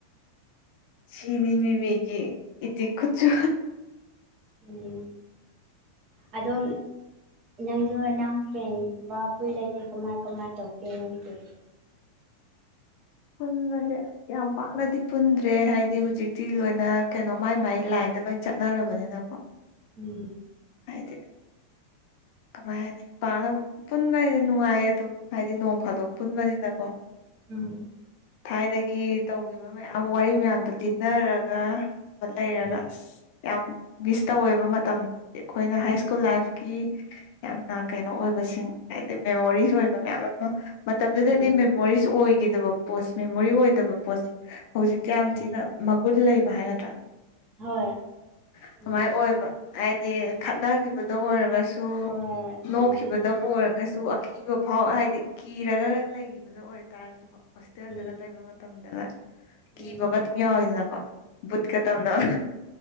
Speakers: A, on the left; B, on the right.
A: ꯁꯤꯅꯤꯅ‌ꯦ ꯃꯤꯒꯤ ꯏꯇꯤ ꯈꯨꯨꯆꯨ
B: ꯎꯝ ꯑꯗꯣꯝ ꯅꯪꯁꯨ ꯅꯪ ꯐ꯭ꯔꯦꯟꯒꯨꯝꯕ ꯄꯨꯜꯂꯗꯤ ꯀꯃꯥꯏ ꯀꯃꯥꯏ ꯇꯧꯒꯦ ꯅ‌ꯪꯁꯨꯨ
A: ꯄꯨꯟꯕꯁꯦ ꯌꯥꯝ ꯄꯥꯛꯅꯗꯤ ꯄꯨꯟꯗ꯭ꯔꯦ ꯍꯥꯏꯗꯤ ꯍꯨꯖꯤꯛꯇꯤ ꯂꯣꯏꯅ ꯀꯩꯅꯣ ꯃꯥꯏ ꯃꯥꯏ ꯂꯥꯏꯟꯗ ꯂꯣꯏꯅ ꯆꯠꯅꯔꯕꯅꯤꯅ
B: ꯎꯝ
A: ꯍꯥꯏꯗꯤ ꯀꯃꯥꯏ ꯍꯥꯏꯅꯤ ꯄꯥꯛꯅ ꯄꯨꯟꯕ ꯍꯥꯏꯁꯤ ꯅꯨꯡꯉꯥꯏꯌꯦ ꯑꯗꯨꯝ ꯍꯥꯏꯗꯤ ꯅꯣꯡ ꯐꯥꯗꯣꯛ ꯄꯨꯟꯕꯅꯤꯅꯀꯣ
B: ꯎꯝ
A: ꯊꯥꯏꯅꯒꯤ ꯇꯧꯒꯤꯕ ꯃꯌꯥꯝ ꯋꯥꯔꯤ ꯃꯌꯥꯝꯗꯨ ꯂꯤꯟꯅꯔꯒ <unintelligible> ꯂꯩꯔꯒ
B: ꯎꯝ
A: ꯑ ꯌꯥꯝ ꯃꯤꯁ ꯇꯧꯋꯦꯕ ꯃꯇꯝ ꯑꯩꯈꯣꯏꯅ
B: ꯎꯝ
A: ꯍꯥꯏ ꯁ꯭ꯀꯨꯜ ꯂꯥꯏꯐ ꯀꯤ ꯌꯥꯝꯅ ꯀꯩꯅꯣ ꯑꯣꯏꯕꯁꯤꯡ ꯍꯥꯏꯗꯤ ꯃꯦꯃꯣꯔꯤꯁ ꯑꯣꯏꯕ ꯃꯌꯥꯝ ꯑꯃ ꯃꯇꯝꯗꯨꯗꯗꯤ
B: ꯎꯝ
A: ꯃꯦꯃꯣꯔꯤꯁ ꯑꯣꯏꯈꯤꯗꯕ ꯄꯣꯠꯁꯦ ꯃꯦꯃꯣꯔꯤ ꯑꯣꯏꯗꯕ ꯄꯣꯠꯁꯦ ꯍꯧꯖꯤꯛꯇꯤ ꯌꯥꯝ
B: ꯎꯝ
A: ꯊꯤꯅ ꯃꯒꯨꯟ ꯂꯩꯕ ꯍꯥꯏꯒꯗ꯭ꯔꯥ
B: ꯍꯣꯏ
A: ꯑꯗꯨꯃꯥꯏꯅ
B: ꯎꯝ
A: ꯑꯣꯏꯕ ꯍꯥꯏꯗꯤ ꯈꯠꯅꯈꯤꯕꯗ ꯑꯣꯏꯔꯒꯁꯨ
B: ꯍꯣꯏ ꯑꯣꯏꯔꯝꯅꯤ
A: ꯅꯣꯛꯈꯤꯕꯗꯕꯨ ꯑꯣꯏꯔꯒꯁꯨ ꯀꯤꯕ ꯐꯥꯎ ꯍꯥꯏꯗꯤ ꯀꯤꯔꯒ ꯂꯩꯈꯤꯕꯗ ꯑꯣꯏꯇꯥꯔꯒꯁꯨꯀꯣ ꯍꯣꯁꯇꯦꯜꯗꯒ
B: ꯎꯝ ꯎꯝ
A: ꯂꯩꯕ ꯃꯇꯝꯗꯒ ꯀꯤꯕꯒ
B: ꯎꯝ
A: ꯑꯗꯨꯝ ꯌꯥꯎꯋꯤꯗꯅꯀꯣ ꯕꯨꯠꯀ ꯇꯝꯅꯕ